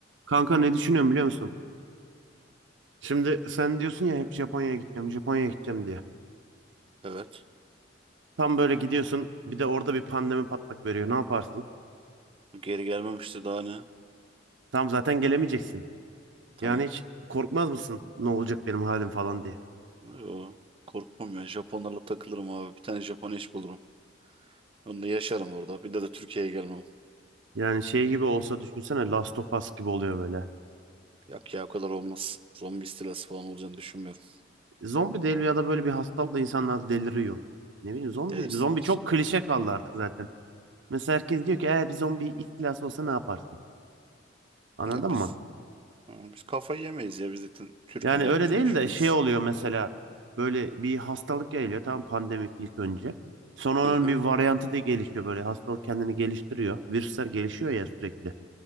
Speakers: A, on the right; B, on the right.
A: Kanka ne düşünüyorum biliyor musun? Şimdi sen diyorsun ya hep Japonya'ya gideceğim, Japonya'ya gideceğim diye.
B: Evet.
A: Tam böyle gidiyorsun, bir de orada bir pandemi patlak veriyor. Ne yaparsın?
B: Geri gelmemişti daha ne?
A: Tam zaten gelemeyeceksin.
B: Tamam.
A: Yani hiç korkmaz mısın? Ne olacak benim halim falan diye.
B: Yo, korkmam ya. Japonlarla takılırım abi. Bir tane Japon eş bulurum. Onunla yaşarım orada. Bir de de Türkiye'ye gelmem.
A: Yani şey gibi olsa düşünsene Last of Us gibi oluyor böyle.
B: Yok ya o kadar olmaz. Zombi istilası falan olacağını düşünmüyorum.
A: Zombi değil ya da böyle bir hastalıkla insanlar deliriyor. Ne bileyim zombi
B: Delirsiniz.
A: zombi çok klişe kaldı artık zaten. Mesela herkes diyor ki eğer bir zombi istilası olsa ne yaparsın? Anladın
B: Ya biz
A: mı?
B: ha, biz kafayı yemeyiz ya. Biz zaten Türk'üz
A: Yani
B: abi.
A: öyle
B: Bize
A: değil
B: bir şey
A: de
B: olmaz.
A: şey oluyor mesela böyle bir hastalık geliyor tam pandemik ilk önce. Sonra onun
B: Hı hı.
A: bir varyantı da gelişiyor böyle hastalık kendini geliştiriyor. Virüsler gelişiyor ya sürekli.